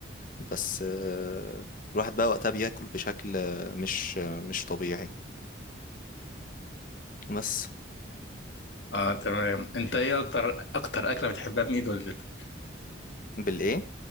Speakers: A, on the left (about 45°); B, on the left (about 70°).
A: بس آه، الواحد بقى وقتها بياكل بشكل آه، مش آه، مش طبيعي بس
B: اه تمام انت ايه اكتر اكتر اكله بتحبها من ايد والدتك
A: بالايه